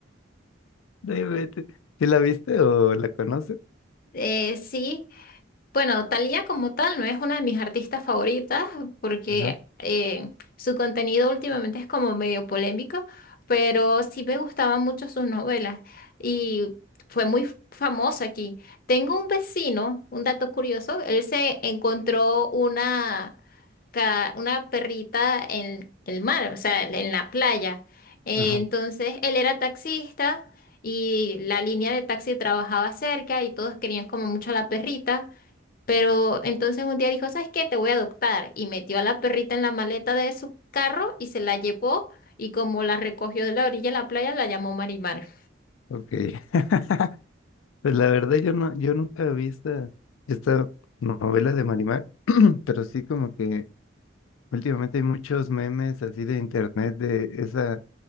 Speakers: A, on the left; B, on the left.
A: No inventes. ¿Sí la viste o la conoces?
B: Eh, sí, Bueno, Thalía como tal no es una de mis artistas favoritas porque
A: Ajá,
B: eh, su contenido últimamente es como medio polémico, pero sí me gustaban mucho sus novelas y fue muy famosa aquí. Tengo un vecino, un dato curioso, él se encontró una, ca- una perrita en el mar, o sea, en la playa. Eh,
A: ajá,
B: entonces él era taxista y la línea de taxi trabajaba cerca y todos querían como mucho a la perrita. Pero entonces un día dijo, ¿sabes qué? Te voy a adoptar. Y metió a la perrita en la maleta de su carro y se la llevó. Y como la recogió de la orilla de la playa, la llamó Marimar.
A: ok. <laughs> Pues la verdad yo no, yo nunca vi esta, esta novela de Marimar, <clears throat> pero sí como que últimamente hay muchos memes así de internet de esa,